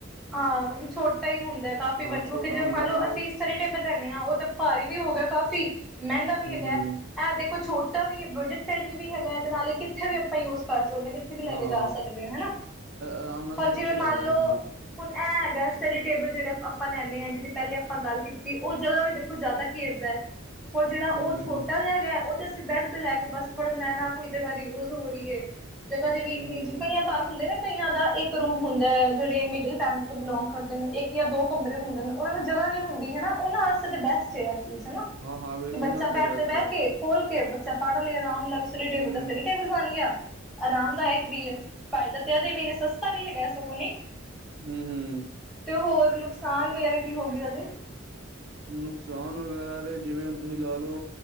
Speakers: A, in the centre; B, on the right.
A: ਹਾਂ ਕਿਉਂਕਿ ਛੋਟਾ ਈ ਹੁੰਦਾ ਕਾਫੀ
B: ਹਾਂ
A: ਵੱਡ ਕਿਉਂਕਿ
B: ਛੋਟਾ
A: ਜੇ
B: ਹੁੰਦਾ
A: ਮੰਨ ਲਓ
B: ਮਤਲਬ
A: ਅਸੀਂ ਸਟੱਡੀ ਟੇਬਲ ਲੈਂਨੇ ਆ ਉਹ ਤਾਂ ਭਾਰੀ ਵੀ ਹੋ ਗਿਆ ਕਾਫ਼ੀ ਮੈਂਗਾ ਵੀ
B: ਹੂੰ
A: ਹੈਗਾ।
B: ਹੂੰ
A: ਇਹ ਦੇਖੋ ਛੋਟਾ ਵੀ ਬਜਟ ਫਰੈਂਡਲੀ ਵੀ ਹੈਗਾ 'ਤੇ ਨਾਲੇ ਕਿੱਥੇ ਵੀ ਆਪਾਂ ਯੂਜ ਕਰ ਸਕਦੇ ਆ ਕਿ ਥੇ ਵੀ ਲੈ
B: ਹਾਂ
A: ਕੇ
B: ਹਾਂ
A: ਜਾ ਸਕਦੇ ਆ ਹਨਾ,
B: ਆਰਾਮ ਨਾਲ ਅਸੀਂ
A: ਹੋਰ ਜਿਵੇਂ
B: ਕਿੱਥੇ
A: ਮੰਨ
B: ਲੈ ਜਾ
A: ਲੋ
B: ਸਕਦੇ ਹਾਂ
A: ਹੁਣ ਇਹ ਹੈਗਾ ਸਟੱਡੀ ਟੇਬਲ ਜੇੜੇ ਆਪਾਂ ਲੈਂਨੇ ਆ ਜਿਦੀ ਪੈਲੇ ਆਪਾਂ ਗੱਲ ਕੀਤੀ ਉਹ ਜਗ੍ਹਾ ਵੀ ਦੇਖੋ ਜ਼ਿਆਦਾ ਘੇਰਦਾ। ਹੋਰ ਜੇੜਾ
B: ਹੂੰ
A: ਉਹ
B: ਹੂੰ
A: ਛੋਟਾ ਜਿਹਾ ਹੈਗਾ ਉਹ 'ਤੇ ਅਸੀਂ ਬੈਡ 'ਤੇ ਲੈ ਕੇ ਬੱਸ ਪੜ੍ਹਨਾ ਨਾ ਕੋਈ ਜਗ੍ਹਾ ਦੀ ਯੂਜ ਹੋ ਰਹੀ ਏ ਜਗ੍ਹਾ ਦੀ ਵੀ ਨੀਜ
B: ਹੂੰ ਹੂੰ
A: ਕਈਆਂ ਘਰ ਹੁੰਦੇ ਨੇ ਕਈਆਂ ਦਾ ਇੱਕ ਰੂਮ ਹੁੰਦਾ ਐ ਜੇੜੇ ਮਿਡਲ ਫੈਮਿਲੀ ਤੋਂ ਬਿਲੋਂਗ ਕਰਦੇ ਨੇ ਇੱਕ ਜਾਂ ਦੋ ਕਮਰੇ ਹੁੰਦੇ ਨੇ ਉਹਨਾਂ ਨੂੰ ਜਗ੍ਹਾ ਨੀ ਹੁੰਦੀ ਹੈਨਾ ਉਹਨਾਂ ਵਾਸਤੇ 'ਤੇ ਬੈਸਟ ਏ। ਹਨਾ
B: ਹਾਂ ਹਾਂ ਬਿਲਕੁਲ
A: ਕਿ ਬੱਚਾ
B: ਉਹਨਾਂ ਵਾਸਤੇ
A: ਬੈਡ
B: ਬੈਸਟ
A: 'ਤੇ ਬੈ
B: ਹੈ
A: ਕੇ ਖੋਲ ਕੇ ਬੱਚਾ ਪੜ੍ਹ ਲੈ ਆਰਾਮ ਨਾਲ ਸਟੱਡੀ ਟੇਬਲ
B: ਹੂੰ
A: ਦਾ ਸਟੱਡੀ ਟੇਬਲ ਬਣ ਗਿਆ। ਆਰਾਮਦਾਇਕ ਵੀ ਏ ਫਾਇਦਾ 'ਤੇ ਇਹਦੇ ਵੀ ਨੇ ਸਸਤਾ ਵੀ ਹੈਗਾ ਸਗੋਂ ਨੀ।
B: ਹੂੰ ਹੂੰ
A: 'ਤੇ ਹੋਰ ਨੁਕਸਾਨ ਵਗੈਰਾ ਕੀ ਹੋਗੇ ਇਹਦੇ?
B: ਨੁਕਸਾਨ ਵਗੈਰਾ ਦੇ ਜਿਵੇਂ ਹੁਣ ਤੁਸੀਂ ਲਾ ਲੋ